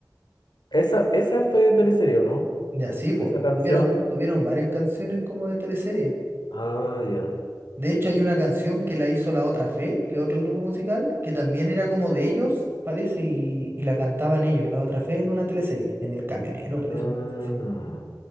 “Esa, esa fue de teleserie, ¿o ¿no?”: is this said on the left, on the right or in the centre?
Left